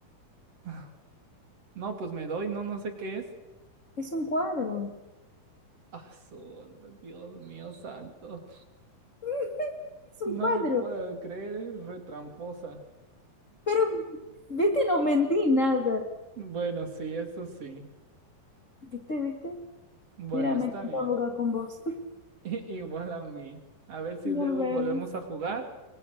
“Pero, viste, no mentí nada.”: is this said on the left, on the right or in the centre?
Left